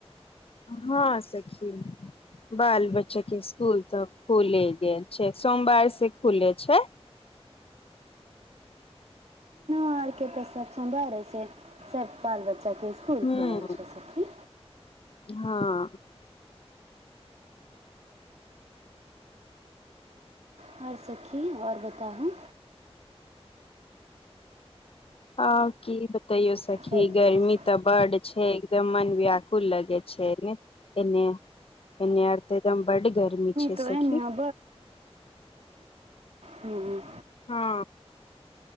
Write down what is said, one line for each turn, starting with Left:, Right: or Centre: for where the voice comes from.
Left: हँ सखी बाल बच्चा के स्कुल तऽ खुले गेल छै सोमवार से खुले छै
Right: हारके प्रसव सौन्दर्य से सर् पाल्वच्च स्कुल
Left: हूँ
Right: खुलै छै सखी
Left: हँ
Right: हा सखी आओर बताबु
Left: हँ की बताैयौ सखी
Right: हेलो
Left: गर्मी तऽ बड छै एकदम मन व्यकुल लगे छैने एने अर्थ एकदम बड्ड गर्मी छै
Right: तो
Left: सखी
Right: एन्ने हुँ हुँम्म
Left: हँ